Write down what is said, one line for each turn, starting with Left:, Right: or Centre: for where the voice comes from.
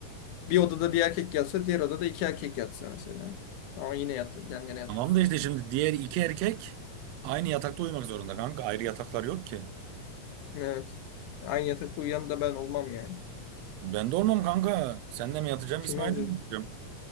Left: bir odada bir erkek yatsa, diğer odada iki erkek yatsa mesela. Ama yine yat yan yana yatıyorsun
Right: Tamam da işte
Left: işte.
Right: şimdi diğer iki erkek aynı yatakta uyumak zorunda kanka. Ayrı yataklar yok ki.
Left: Evet. Aynı yatakta uyuyan da ben olmam yani.
Right: Ben de olmam kanka. Seninle mi yatacağım,
Left: Kim
Right: İsmail'le
Left: olacak?
Right: mi yatacağım?